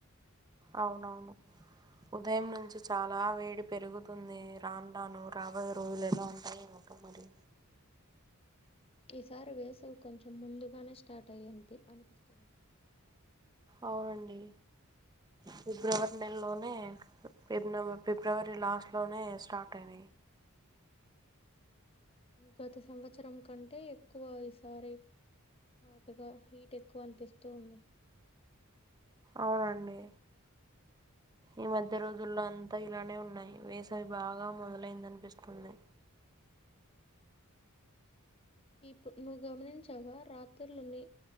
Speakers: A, on the right; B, on the left.
A: అవునవును ఉదయం నుంచి చాలా వేడి పెరుగుతుంది రాంటను రాబోయే రోజులు ఎలా ఉంటాయి ఏమట మరి
B: ఈసారి వేసవి కొంచెం ముందుగానే స్టార్ట్ అయ్యని అనిపిస్తుంది
A: అవునండి ఫిబ్రవరి నెలలోని మనే ఎర్నోవా ఫిబ్రవరి లాస్ట్లోనే స్టార్ట్ అయినాయి
B: గత సంవత్సరం కంటే ఎక్కువ ఈసారి హాట్గా హీట్ ఎక్కువ అనిపిస్తూ ఉంది
A: అవునండి ఈ మధ్య రోజుల్లో అంతా ఇలానే ఉన్నాయి వేసవి బాగా మొదలైందనిపిస్తుంది
B: ఇప్ నువ్వు గమనించావా రాత్రిలుని